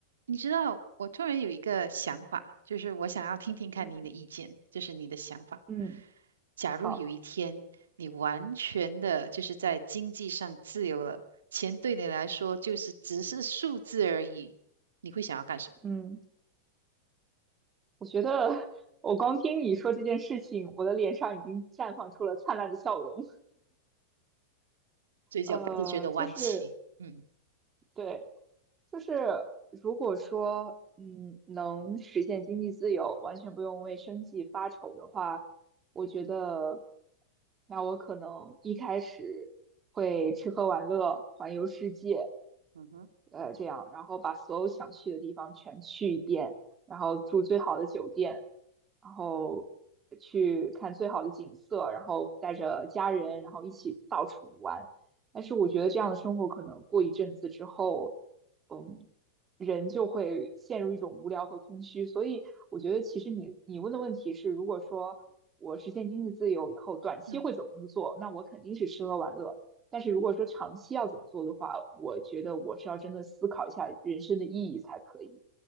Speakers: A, on the right (about 85°); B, on the right (about 25°).
A: 你知道，我突然有一个想法，就是我想要听听看您的意见，
B: 嗯
A: 就是你的想法。
B: 嗯，
A: 假如有一天你完全的就是在经济上自由了，
B: 好，
A: 钱对你来说就是只是数字而已，你会想要干什么？
B: 嗯，我觉得我光听你说这件事情，我的脸上已经绽放出了灿烂的笑容。
A: 嘴角不自觉的弯起，
B: 呃，就是
A: 嗯
B: 对，就是如果说，嗯，能实现经济自由，完全不用为生计发愁的话，我觉得，那我可能一开始会吃喝玩乐，环游世界，
A: 嗯哼，
B: 呃，这样，然后把所有想去的地方全去一遍，然后住最好的酒店，然后去看最好的景色，然后带着家人，然后一起到处玩。但是我觉得这样的生活可能过一阵子之后。嗯，人就会陷入一种无聊和空虚。所以我觉得，其实你你问的问题是，如果说我实现经济自由以后，短期会怎么做？
A: 嗯。
B: 那我肯定是吃喝玩乐。但是如果说长期要怎么做的话，我觉得我是要真的思考一下人生的意义才可以。